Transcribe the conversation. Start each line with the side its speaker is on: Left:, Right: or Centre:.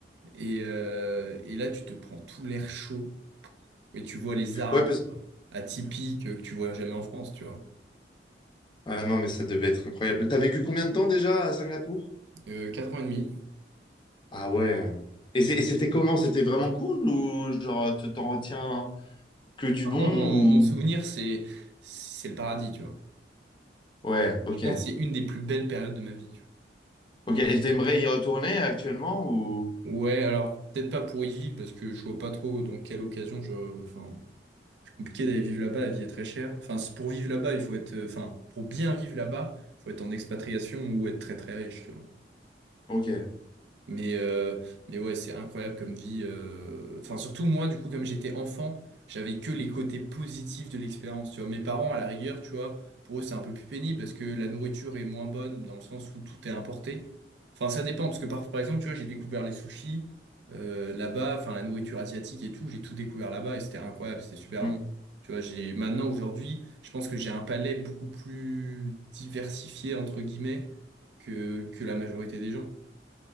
Right: Et, euh, et là, tu te prends tout l'air chaud. Et tu vois les arbres
Left: ouais parce,
Right: atypique euh, que tu vois jamais en France, tu vois.
Left: ah non, mais ça devait être incroyable. T'as vécu combien de temps déjà à Singapour?
Right: Euh, quatre ans et demi.
Left: Ah ouais. Et c'est- et c'était comment? C'était vraiment cool ou genre tu t'en retiens que du
Right: Ah,
Left: bon
Right: Moi, mon, mon souvenir,
Left: ou...
Right: c'est c'est le paradis, tu vois.
Left: Ouais, ok.
Right: Je pense que c'est une des plus belles périodes de ma vie, tu
Left: Ok, et t'aimerais y retourner actuellement ou...
Right: vois. Ouais, alors peut-être pas pour y vivre parce que je vois pas trop dans quelle occasion je. Enfin, c'est compliqué d'aller vivre là-bas, la vie est très chère. Enfin, c'est- pour vivre là-bas, il faut être. euh, Enfin, pour bien vivre là-bas, faut être en expatriation ou être très très riche, tu vois.
Left: Ok.
Right: Mais, euh, mais ouais, c'est incroyable comme vie. euh. Enfin, surtout moi, du coup, comme j'étais enfant, j'avais que les côtés positifs de l'expérience. Tu vois, mes parents, à la rigueur, tu vois, pour eux, c'est un peu plus pénible parce que la nourriture est moins bonne dans le sens où tout est importé. Enfin, ça dépend parce que par, par exemple, tu vois, j'ai découvert les sushis euh, là-bas, enfin la nourriture asiatique et tout, j'ai tout découvert là-bas et c'était incroyable, c'était super
Left: Hmm.
Right: bon. Tu vois, j'ai maintenant aujourd'hui, je pense que j'ai un palais beaucoup plus diversifié entre guillemets que que la majorité des gens.